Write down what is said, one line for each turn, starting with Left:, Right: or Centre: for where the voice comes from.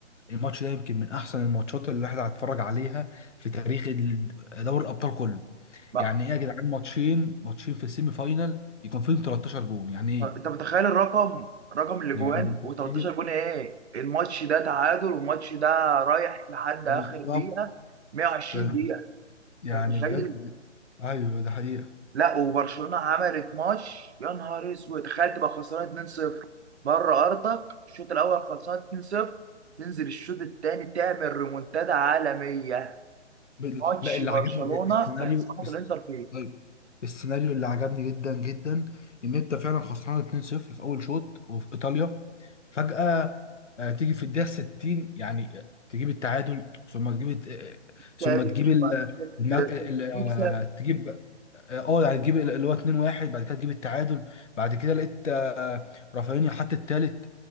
Left: الماتش ده يمكن من احسن الماتشات اللي الواحد هيتفرج عليها في تاريخ ال- دوري الابطال كله
Right: بقى
Left: يعني ايه يا جدعان ماتشين ماتشين في السيمي فاينال يكون فيهم 13 جون يعني ايه
Right: انت متخيل الرقم رقم الاجوان
Left: يعني انت متخيل
Right: و13 جون ايه الماتش ده تعادل والماتش ده رايح لحد
Left: بالظبط
Right: اخر دقيقة 120
Left: فال-
Right: دقيقة
Left: يعني
Right: انت متخيل
Left: بجد ايوه ده حقيقة
Right: لا وبرشلونه عملت ماتش يا نهار اسود تخيل تبقى خسران 2-0 بره ارضك الشوط الاول خلصان 2-0 تنزل الشوط الثاني تعمل ريمونتادا عالميه
Left: بال-
Right: ماتش
Left: لا اللي
Right: برشلونه
Left: عجبني السيناريو
Right: كسرت
Left: الس-
Right: الانتر فيه
Left: طيب السيناريو اللي عجبني جدا جدا ان انت فعلا خسران 2-0 في اول شوط وفي ايطاليا فجأة آه، تيجي في الدقيقة 60 يعني آه، تجيب التعادل ثم تجيب الت- آه، ثم
Right: تاني
Left: تجيب
Right: مش
Left: ال
Right: بعد كده
Left: الم- ال- آه،
Right: تكسب
Left: تجيب اه آه، يعني تجيب ال- اللي هو 2-1 بعد كده تجيب التعادل بعد كده لقيت آه، رافينيا حط التالت